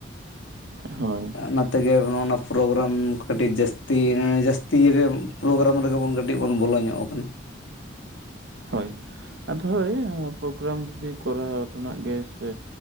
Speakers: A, on the right; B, on the left.
A: ᱦᱳᱭ
B: ᱱᱮᱼᱼ ᱛᱮᱜᱮ ᱚᱱᱟ ᱯᱨᱳᱜᱨᱟᱢ ᱠᱟᱹᱴᱤᱡ ᱡᱟᱹᱥᱛᱤ ᱡᱟᱹᱥᱛᱤᱭ ᱨᱮᱭ ᱯᱨᱳᱜᱨᱟᱢ ᱨᱮᱜᱮ ᱵᱚᱱ ᱠᱟᱹᱴᱤᱡ ᱠᱟᱹᱴᱤᱡ ᱵᱚᱱ ᱵᱚᱞᱚ ᱧᱚᱜ ᱠᱟᱱᱟ ᱾
A: ᱦᱳᱭ ᱟᱫᱚ ᱦᱳᱭ ᱯᱨᱳᱜᱨᱟᱢ ᱡᱩᱫᱤ ᱠᱚᱨᱟᱣ ᱨᱮᱱᱟᱜ ᱜᱮ ᱥᱮᱼᱼ